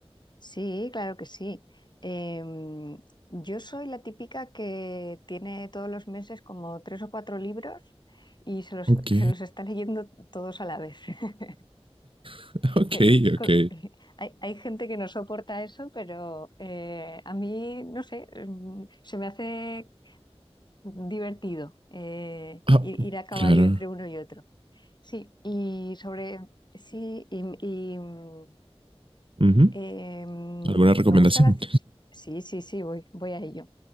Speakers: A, on the left; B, on the right.
A: Sí, claro que sí. Em, yo soy la típica que tiene todos los meses como tres o cuatro libros y se los,
B: Ok,
A: se los está leyendo todos a la vez. <laughs>
B: <laughs> ok,
A: Eh, Co-
B: ok.
A: eh, Hay, hay gente que no soporta eso, pero eh, a mí, no sé, em, se me hace divertido eh,
B: Ah,
A: ir, ir a caballo
B: claro.
A: entre uno y otro. Sí, y sobre, sí, y, y, mm,
B: Ujú.
A: Eh, me
B: ¿Alguna recomendación?
A: gusta la... ci- Sí, sí, sí, voy, voy a ello.